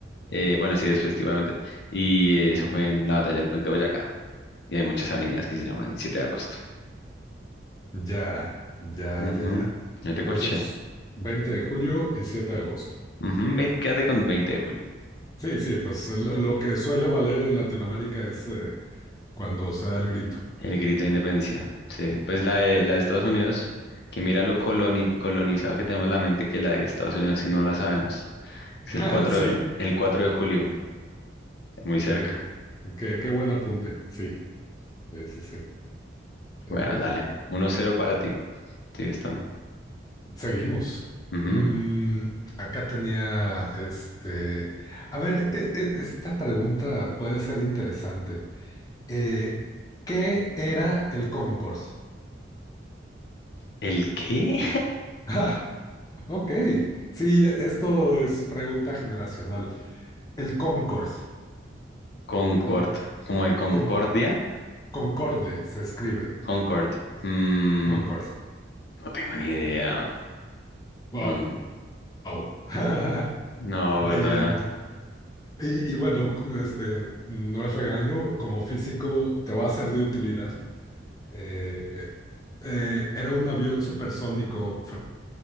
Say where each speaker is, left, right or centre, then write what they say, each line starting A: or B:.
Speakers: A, on the left; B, on the left.
A: eh, bueno, sí, después, obviamente Y eh, eso fue en la batalla del Puente de Boyacá. Y hay muchas avenidas que se llaman 7 de agosto.
B: Ya, ya,
A: Ujú,
B: ya, ya.
A: No te
B: Entonces,
A: corché.
B: 20 de julio y 7 de agosto.
A: Ujú, vein- quédate con 20 de julio.
B: Sí, sí, pues lo lo que suele valer en Latinoamérica es eh, cuando se da el grito. <laughs>
A: El grito de independencia. Sí, pues la de, la de Estados Unidos, que mira lo coloni- colonizado que tenemos la mente que la de Estados Unidos si no la sabemos. Es
B: Ah,
A: el 4
B: sí,
A: de, el 4 de julio, muy cerca.
B: qué, qué, qué buen apunte. Sí, sí, sí, sí. Eh,
A: Bueno, dale. uno cero para ti. Sigue estando.
B: seguimos.
A: Ujú.
B: Mm, acá tenía este. A ver, e- e- esta pregunta puede ser interesante. Eh, ¿qué era el Concorde?
A: ¿El qué?
B: Ah, <laughs> ok, sí, esto es pregunta generacional. El Concorde,
A: Concord.
B: con,
A: Como de Concordia.
B: con Concorde se escribe,
A: Concord. Mm,
B: Concorde.
A: no tengo ni idea.
B: Wow.
A: No, no,
B: Wow. <laughs>
A: no, perdona.
B: Eh, y, y, bueno, este, no es regaño, como físico te va a ser de utilidad. Eh, eh, era un avión supersónico